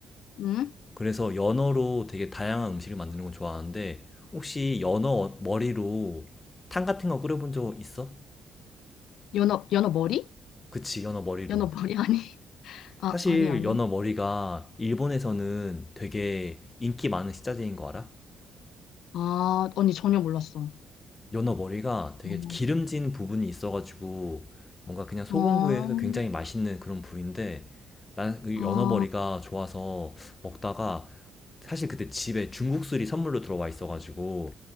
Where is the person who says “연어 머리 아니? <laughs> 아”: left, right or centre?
Left